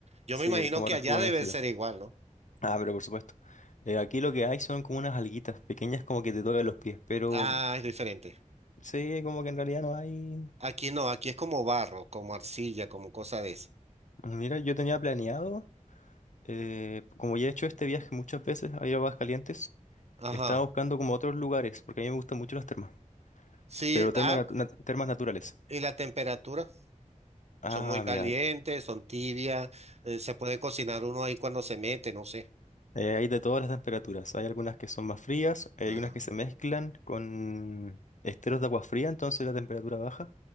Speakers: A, on the right (about 55°); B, on the left (about 70°).
A: Yo
B: sí,
A: me imagino
B: como
A: que
B: rejuvenecido.
A: allá debe ser igual, ¿no?
B: Ah, pero por supuesto. Eh, aquí lo que hay son como unas alguitas pequeñas como que te tocan los pies, pero
A: Ah, es diferente.
B: Sí, como que en realidad no hay...
A: Aquí no, aquí es como barro, como arcilla, como cosa de esa.
B: Mira, yo tenía planeado, eh, como ya he hecho este viaje muchas veces a ir a Aguascalientes, estaba
A: Ajá.
B: buscando como otros lugares, porque a mí me gustan mucho las termas,
A: Sí,
B: pero
A: ah,
B: termas, nat- nat- termas naturales.
A: y la temperatura.
B: Ah,
A: Son muy calientes,
B: mira, hay
A: son tibias, eh, se puede cocinar uno ahí cuando se mete, no sé.
B: eh, hay de todas las temperaturas. Hay algunas que son más frías, hay
A: Ah,
B: algunas que se mezclan con esteros de agua fría, entonces la temperatura baja.